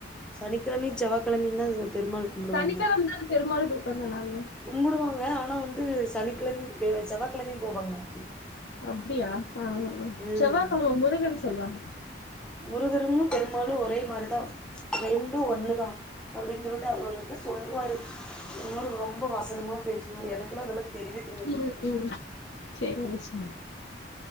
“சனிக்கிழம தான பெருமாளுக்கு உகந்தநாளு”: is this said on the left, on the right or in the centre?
Left